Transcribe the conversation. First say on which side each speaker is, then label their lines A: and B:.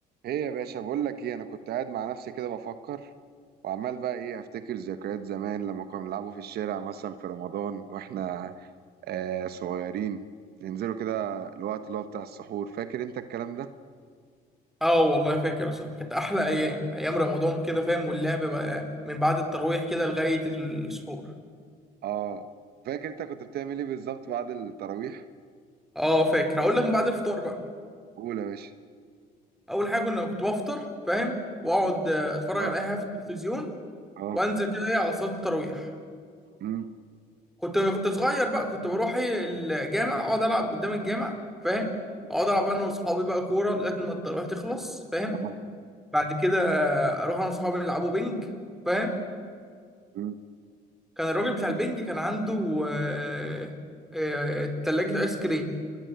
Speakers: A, on the right (about 70°); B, in the centre.
A: ايه يا باشا بقول لك ايه انا كنت قاعد مع نفسي كده بفكر وعمال بقى ايه افتكر ذكريات زمان لما كنا بنلعبوا في الشارع مثلا في رمضان واحنا آه صغيرين ننزلوا كده الوقت اللي هو بتاع السحور فاكر انت الكلام ده
B: اه والله فاكر اصلا كانت احلى ايام ايام رمضان كده فاهم واللعب بقى من بعد التراويح كده لغايه السحور
A: اه فاكر انت كنت بتعمل ايه بالظبط بعد التراويح
B: اه فاكر هقول لك من بعد الفطار بقى
A: قول يا باشا
B: اول حاجه كنا كنت بفطر فاهم واقعد آه، اتفرج
A: اه
B: على اي حاجه في التلفزيون
A: اه
B: وانزل كده ايه على صلاه التراويح
A: أمم،
B: كنت كنت صغير بقى كنت بروح ايه الجامع اقعد العب قدام الجامع فاهم
A: أمم،
B: اقعد العب انا واصحابي بقى كوره لغايه ما التراويح تخلص فاهم
A: اه
B: بعد كده آه، اروح انا واصحابي نلعبوا بينج فاهم
A: أمم،
B: كان الراجل بتاع البنج كان عنده آه، آه، تلاجة آيس كريم